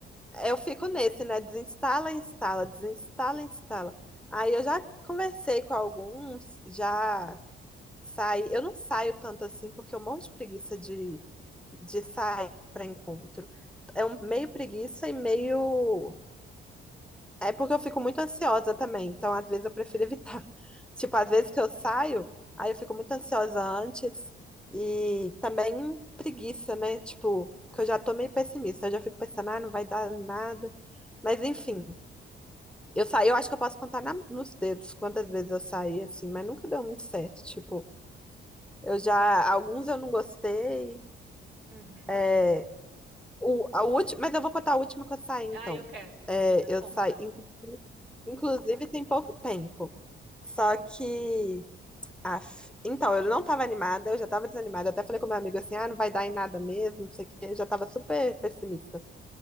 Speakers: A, in the centre; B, on the right.
A: eu fico nesse, né? Desinstala, instala, desinstala, instala. Aí eu já conversei com alguns, já saí. Eu não saio tanto assim porque eu morro de preguiça de, de sair pra encontro. É um meio preguiça e meio É porque eu fico muito ansiosa também, então às vezes eu prefiro evitar. <laughs> Tipo, às vezes que eu saio, aí eu fico muito ansiosa antes e também preguiça, né? Tipo, que eu já tô meio pessimista, eu já fico pensando, ah, não vai dar nada. Mas enfim, eu saí, eu acho que eu posso contar na- nos dedos quantas vezes eu saí assim, mas nunca deu muito certo. Tipo, eu já, alguns eu não gostei.
B: Uhum.
A: é, O, a última, mas eu vou contar a última que eu saí, então.
B: Ah, eu quero.
A: É,
B: Já dá conta.
A: eu saí. Inclusive, inclusive, tem pouco tempo. Só que. af, então, eu não estava animada, eu já estava desanimada. Eu até falei com meu amigo assim: ah, não vai dar em nada mesmo, não sei o quê. Eu já estava super pessimista.